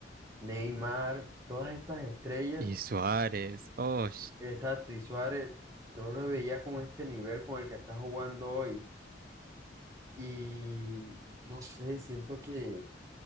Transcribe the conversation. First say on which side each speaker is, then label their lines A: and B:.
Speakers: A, on the right; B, on the right.
A: Neymar, todas estas estrellas
B: Y Suárez. Oh.
A: Exacto, y Suárez no lo veía con este nivel con el que está jugando hoy. Y no sé, siento que